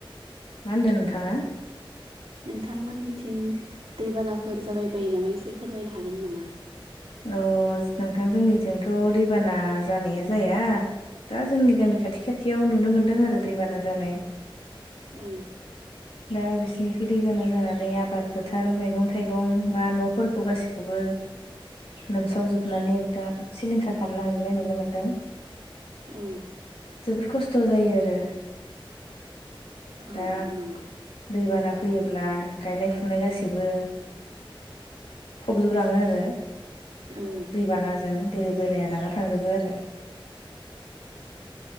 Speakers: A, on the left; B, on the right.
A: मा होनदों नोंथाङा?
B: नोंथांमोननिथिं दैबानाफोर जाबाय बायो नामा एसे फोरमायनो हागोन नामा?
A: अ नोंथां जोंनिथिंथ' दैबाना जानाया जाया दा जोंनि गामि
B: औ
A: खाथि खाथियाव नुनो मोनदों आरो दैबाना जानाय।
B: औ।
A: दा बिसोरनिखै दैबाना जानानै आबाद फोथार मैगं थाइगं बा न'फोरखौ गासिखौबो लोमसावजोबनानै दा सिलिंखार खालामलांजोबनाय नुनो मोनदों।
B: औ
A: जोबोद खस्थ' जायो आरो।
B: औ
A: दा
B: नं
A: दैबाना फैयोब्ला गायनाय फुनाय गासिबो फबजोबलाङो आरो
B: औ
A: दैबानाजों। दै बनाया लाना थांजोबो आरो।